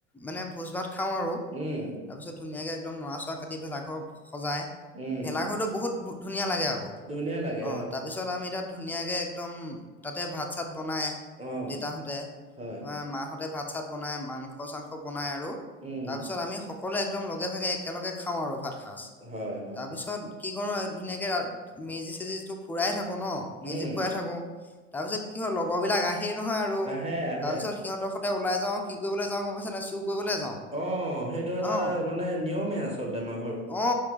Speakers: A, in the centre; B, on the right.
A: মানে ভোজ ভাত খাওঁ আৰু
B: উম
A: তাৰ পিছত ধুনীয়াকে একদম নৰা চৰা কাটি পেলাই আকৌ সজাই
B: উম
A: ভেলাঘৰটো বহুত ধুনীয়া লাগে আকৌ।
B: ধুনীয়া লাগে
A: অ তাৰপিছত আমি এতিয়া। ধুনীয়াকে একদম তাতে ভাত চাত বনাই
B: অ',
A: দেতাহঁতে
B: হয়,
A: তোমাৰ মাহঁতে ভাত চাত বনাই মাংস চাংস বনাই আৰু
B: উম,
A: তাৰ পিছত আমি সকলোৱ একদম লগে ভাগে এক একেলগে খাওঁ আৰু ভাত সাজ
B: হয়, হয়,
A: তাৰ পিছত কি কৰোঁ ধুনীয়াকে মেজি চেজিটো ফুৰাই থাকোঁ ন মেজি
B: উম,
A: ফুৰাই থাকোঁ তাৰ পিছত কি হয় লগৰ বিলাক আহেই নহয় আৰু
B: আহে, আহে।
A: তাৰ পিছত সিহঁতৰ সতে ওলাই যাওঁ কি কৰিবলে যাওঁ গম পাইছ নাই চুৰ কৰিবলে যাওঁ।
B: অ সেইটো এটা।
A: অ
B: মানে নিয়মে আচলতে আমাৰ
A: অ